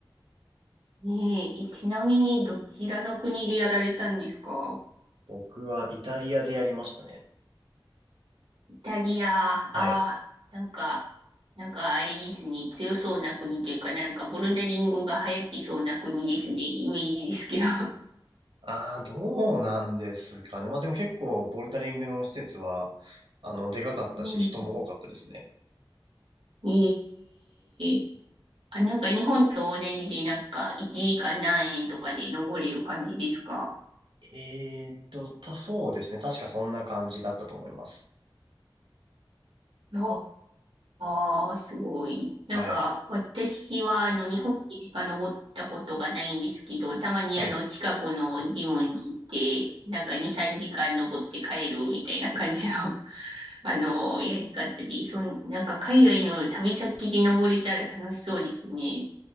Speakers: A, on the right; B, on the right.
A: ねえ、えちなみに、どちらの国でやられたんですか
B: 僕はイタリアでやりましたね。
A: イタリア、ああ、
B: はい。
A: なんか、なんかあれですね、強そうな国というか、なんかボルダリングが流行ってそうな国ですね、イメージですけど。
B: ああ、どうなんですかね。まあでも結構ボルダリングの施設は、あの、でかかったし、
A: うん。
B: 人も多かったですね。
A: <laughs> ええあ、なんか日本と同じで、なんか1時間何円とかで登れる感じですか
B: えーっと、た、そうですね。確かそんな感じだったと思います。
A: あああ、すごい。なんか、
B: はい。
A: 私は、あの、日本でしか登ったことがないんですけど、たまに、
B: はい。
A: あの、近くのジムに行って、なんか2、3時間登って帰るみたいな感じの、<laughs> あの、やり方で、そん、なんか、海外の旅先で登れたら楽しそうですね。